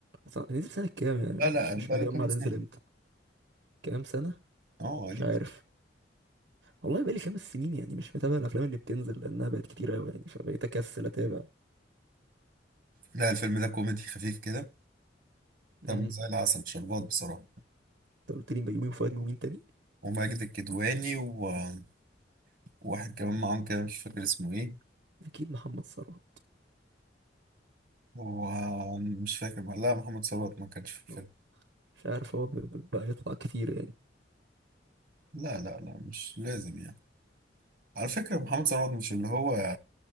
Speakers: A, on the right; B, on the right.
A: سنة... نزل سنة كام يعني
B: لا لا
A: مش مش
B: بقاله
A: مجمع
B: كام
A: ده
B: سنة
A: نزل امتى كام سنة
B: اه قديم
A: مش عارف والله بقالي خمس سنين يعني مش متابع الافلام اللي بتنزل لانها بقت كتير قوي يعني فبقيت اكسل اتابع
B: لا الفيلم ده كوميدي خفيف كده دمه
A: امم
B: زي العسل شربات بصراحة
A: انت قلت لي بيومي وفؤاد ومين تاني
B: وماجد الكدواني و- وواحد كمان معاهم كده مش فاكر اسمه ايه
A: اكيد محمد ثروت
B: ومش فاكر لا محمد ثروت ما كانش في الفيلم
A: اه، مش عارف هو ب- ب- بقى يطلع كتير يعني
B: لا لا لا مش لازم يعني على فكرة محمد ثروت مش اللي هو